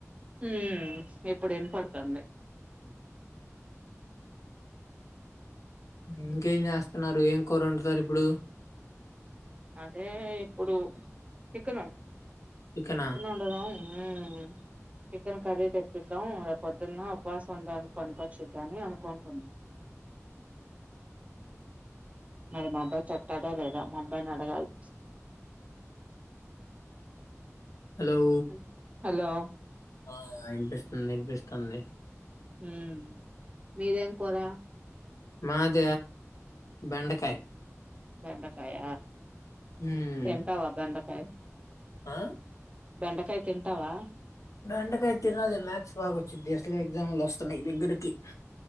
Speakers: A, on the right (about 25°); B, on the left (about 75°).
A: మ్మ్ ఇప్పుడు వినపడుతుంది
B: ఇంకేం చేస్తున్నారు ఏం కూర వండుతారు ఇప్పుడు
A: అదే ఇప్పుడు చికెను
B: చికెనా
A: కెను వండుదం మ్మ్మ్ చికెన్ కర్రీ తెప్పిద్దాం రేప్ పొద్దున్న ఉపవాసం ఉండానికి పనికొచ్చిద్దని అనుకుంటున్నా మరి మా అబ్బాయి తెత్తడో లేదో మా అబ్బాయినడగాలి
B: హలో
A: హ్మ్. హలో
B: ఆ వినిపిస్తుంది వినిపిస్తుంది.
A: ఉమ్ మిడ్ ఏం కూర?
B: మద బెండకాయ్
A: బెండకాయ,
B: ఉమ్,
A: తింటావా బెండకాయ్?
B: ఆ
A: బెండకాయ్ తింటావా?
B: దండకాయ్ తినాలి మ్యాథ్స్ బాగాొచ్చింది, అసలే ఎగ్జాములు వస్తున్నాయ్ దగ్గరికి